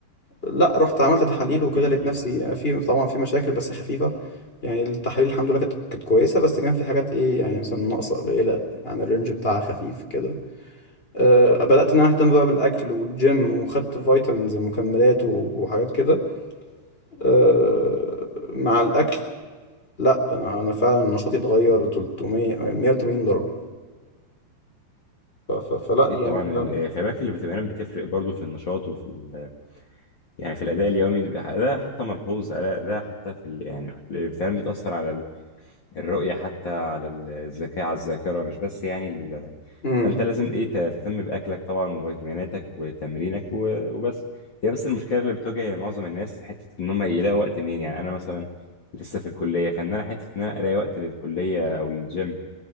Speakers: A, on the left; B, on the left.
A: لا رحت عملت تحاليل وكده
B: امم
A: لقيت نفسي في طبعا في مشاكل بس خفيفة يعني التحاليل الحمد لله كانت كانت كويسة بس كان في حاجات ايه يعني مثلا ناقصة قليلة يعني الرينج بتاعها خفيف كده أه بدأت ان انا اهتم بقى بالاكل والجيم وخدت فيتامينز ومكملات وحاجات كده أه مع الاكل لا انا انا فعلا نشاطي اتغير 300 180 درجه ف... ف... فلا
B: أكيد
A: يعني
B: طبعا
A: لا
B: ال- آه، خلي بالك الفيتامينات بتفرق برضه في النشاط وفي ال- يعني في الأداء اليومي بيبقى ده حتى ملحوظ ألا- ده حتى في ال- يعني الفيتامينات بتأثر على الرؤية حتى على ال- الذكاء على الذاكرة مش بس يعني ال...
A: امم
B: فأنت لازم إيه ت- تهتم بأكلك طبعا وفيتاميناتك وتمرينك و... وبس هي بس المشكلة اللي بتواجه معظم الناس حتة إن هم يلاقوا وقت منين يعني أنا مثلا لسه في الكلية فإن أنا حتة إن أنا ألاقي وقت للكلية أو للجيم